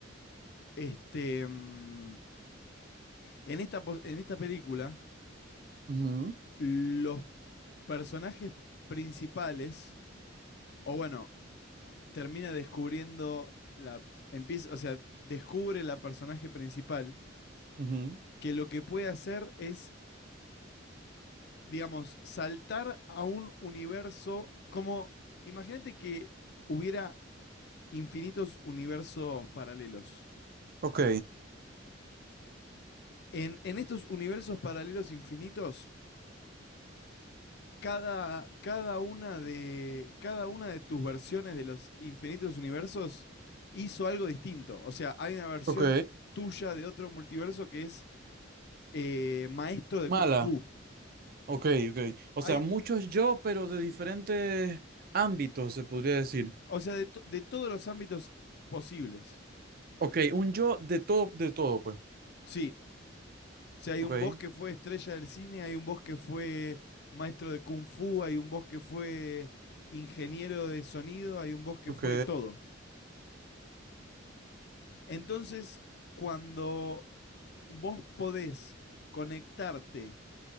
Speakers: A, on the left (about 55°); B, on the right (about 50°).
A: este, mm, en, esta, en esta película
B: ujú,
A: los personajes principales, o bueno, termina descubriendo la... Empieza, o sea, descubre la personaje principal
B: ujú,
A: que lo que puede hacer es, digamos, saltar a un universo como... Imagínate que hubiera infinitos universos paralelos.
B: ok,
A: En, en estos universos paralelos infinitos, cada, cada, una de, cada una de tus versiones de los infinitos universos hizo algo distinto. O sea, hay una versión
B: ok,
A: tuya de otro multiverso que es eh, maestro de
B: mala,
A: Kung Fu.
B: ok, ok. O
A: Hay,
B: sea, muchos yo, pero de diferentes ámbitos, se podría decir.
A: o sea, de, to- de todos los ámbitos posibles.
B: Ok, un yo de todo, de todo, pues.
A: Sí. O sea, hay
B: Ok,
A: un boss que fue estrella del cine, hay un boss que fue maestro de Kung Fu, hay un boss que fue ingeniero de sonido, hay un boss que
B: ok,
A: fue todo. Entonces, cuando vos podés conectarte